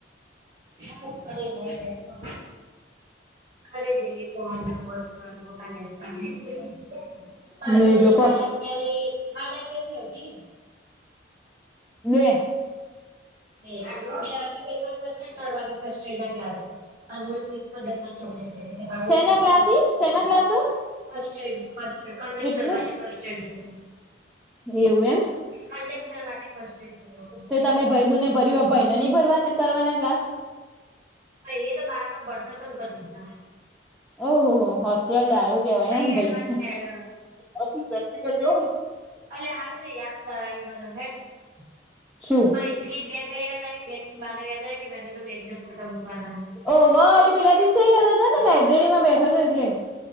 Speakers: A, on the right; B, in the centre.
A: બસ કઈ નઈ બેઠો. ઘરે જઈએ કરાવને વોચવાનું હ કાલ એક્ઝામ <unintelligible> બાર
B: મુું
A: તો વડી
B: જો
A: હાડા
B: કો
A: અગિયારે, હાડા અગિયારથી અઢી
B: વે
A: બે, બે વાગે પેપર પતશે, ન ત્રણ વાગે ફસ્ટ યરના ક્લાસમાં. અવ મે ઠીક પદમના ચોક <unintelligible>
B: સેના ક્લાસી
A: ચોકડી
B: સેના ક્લાસ
A: જાવ. કસ્ટડી કસટડ કન્ડક્ટર
B: એટલે
A: માટે કસ્ટડ જવું.
B: એવું એમ.
A: કન્ડક્ટર માટે ફસ્ટેડ એડ જોવાનું.
B: તે તમે ભઈબુને ભર્યું હ, ભઈને ભરવાના કરવાના ક્લાસ?
A: હઅ એ તો બારમાંમ ભણતો તોન કર દીધા.
B: ઓહ હો હો હોશિયાર ડાયો કેવાય
A: પહી
B: હેન
A: એડવાન્સ
B: ભઈ, અલા
A: હેડ
B: તું ચટણી ભરજે
A: અલ્યા હારુ તે યાદ કરાયું મન હેડ
B: શું
A: થી બેગય યાદ આયુ ન બેગથી બાને યાદ આયુ કે મે અંદરનું બેગને ફોટો મૂકવાના.
B: ઓવ એ પેલા દિવસેય કેતા તા ને, લાઈબ્રેરીમાં બેઠો તો એટલે.